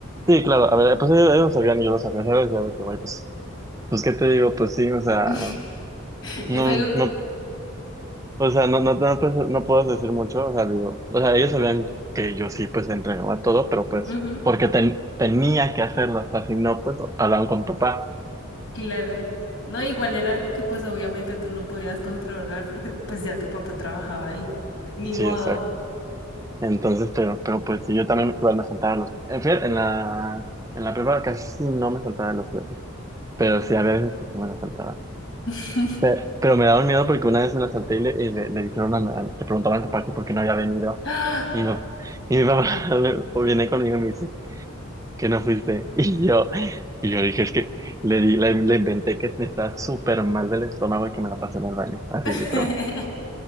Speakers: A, on the right; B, on the left.
A: sí, claro, a ver, pues ellos, ellos lo sabían y yo lo sabía, ¿sabes? Ya de que, güey, pues, pues, ¿qué te digo? Pues sí, o sea,
B: <laughs>
A: no,
B: Es algo,
A: no. O sea, no, no, no, pues, no puedo decir mucho, o sea, digo, o sea, ellos sabían que yo sí, pues, entregaba todo, pero pues,
B: Ujú,
A: porque ten- tenía que hacerlo, o sea, si no, pues, hablaban con papá.
B: claro. No, igual era algo que pues obviamente tú no podías controlar porque pues ya tu papá trabajaba ahí. Ni
A: Sí,
B: modo.
A: exacto. Entonces, pero, pero pues, sí, yo también igual me saltaba los, en fin, en la, en la prepa casi no me saltaba las clases, pero sí, había veces que sí me las saltaba.
B: <laughs>
A: Pe- Pero, me daba miedo porque una vez me las salté y le, y le- le dijeron a, mi- a- le preguntaron a mi papá que por qué no había venido,
B: ¡Ah!
A: y mi, y mi papá <laughs> viene conmigo y me dice que no fuiste. <laughs> Y yo, y yo dije, es que le, di- le, le inventé que me estaba súper mal del estómago y que me la pasé en el baño, así
B: <laughs>
A: literal.